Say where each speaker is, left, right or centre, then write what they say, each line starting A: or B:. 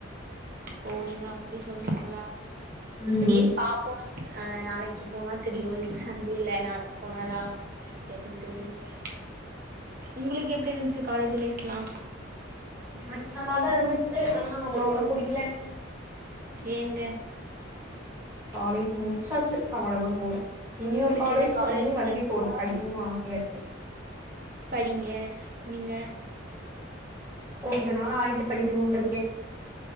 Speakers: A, on the right (about 45°); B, on the right (about 15°).
A: ஓ நீங்க அப்டி சொல்றீங்ளா
B: ம்
A: சேர் பாப் போம் அ நாளைக்கு போனா தெரியு இன்னைக் சண்டேல்ல நாளைக் போனா தா எதுன் தெரியுங்க
B: ம்
A: உங்களுக் எப்டி இருந்ச்சு காலேஜு லைஃப்லா
B: எனக் நல்லா தா இருந்துச்சு ஆனா அவ்ளோல்லா புடிக்கலங்
A: ஏங்க
B: காலேஜ் முடிச்சாச்சு அவ்வளோ தா போது இனி
A: உங்களுக்கு
B: ஒரு காலேஜ்
A: எது
B: போயி மறுபடி
A: லைஃபா
B: போன் படிக்கணு ஆசையா இருக்கு
A: படிங்க நீங்க
B: கொஞ்ச நாள் ஆயிட்டு படிக்கணுட்ருக்கே